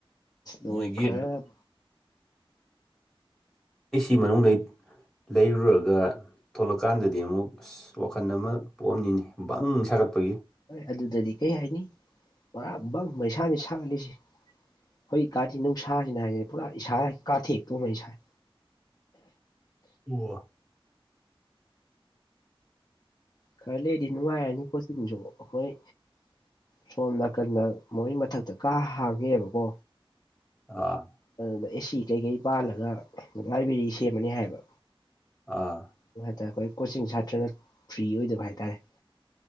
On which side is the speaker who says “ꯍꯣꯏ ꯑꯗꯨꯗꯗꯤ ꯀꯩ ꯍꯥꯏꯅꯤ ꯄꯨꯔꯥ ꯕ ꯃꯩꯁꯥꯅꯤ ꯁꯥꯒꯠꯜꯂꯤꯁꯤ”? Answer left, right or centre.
Left